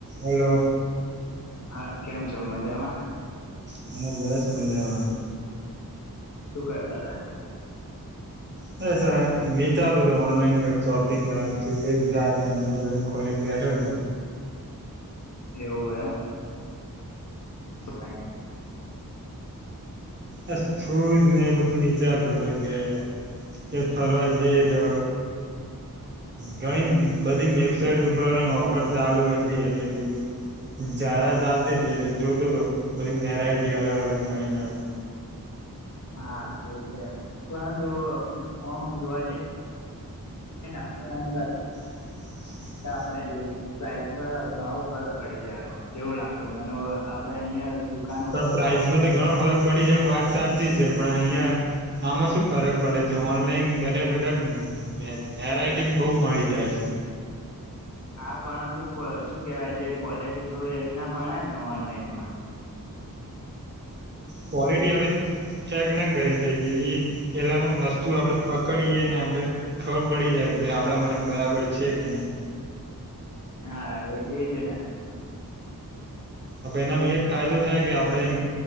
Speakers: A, on the right; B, on the left.
A: <inaudible> હેલો.
B: હા. કેમ છો મજામાં?
A: હા બસ મજામાં.
B: શું કરતા હતા?
A: બસ હવે વિચારતો તો ઓનલાઈન શોપિંગ આ ફ્લિપકાર્ટ ને એમેઝોન ખોલીને બેઠો હતો.
B: એવું એમ
A: આ શુઝ ને એ બધું વિચારતો હતો કે ક્યાંક ફરવા જઈએ તો ઘણી બધી વેબસાઇટ ઉપર ઓફર ચાલુ હતી. એટલે કીધું જાહેરાત આવતી હતી એટલે જોતો હતો બધી વેરાઈટી અલગ-અલગ, નવી-નવી
B: હા એ છે પરંતુ અ ઓમ જોવા જઈ <unintelligible>
A: <inaudible>
B: <unintelligible> પ્રાઇઝમાં ઘણો ફર્ક પડી જાયરૂ એવું લાગેરુ મને ઓ આપણે અહિયાં દુકાન
A: પણ
B: ઉપર
A: પ્રાાઈઝમાં
B: શોપ
A: તો ઘણો ફરક પડી જાય વાત સાચી છે. પણ અહિયાં આમાં શું ફરક પડે છે, ઓનલાઈન બેઠા બેઠા વે વેરાયટી બહુ મળી જાય છે.
B: આ પરંતુ કોઈ શું કેહેવાય, જે ક્વોલિટી જોઈએ એવી ના મળે ને ઓનલાઈનમાં.
A: ક્વોલિટી અભી ચેક ના કરી શકીએ. એ પેલાહુ વસ્તુ આપણે પકડીએ ને આપણે ખર પડી જાય કે ભાઈ આપણા માટે બરાબર છે કે નહી?
B: હા એ એ એજ ને
A: અપેનામાં એક ફાયદો થાય કે, આપણે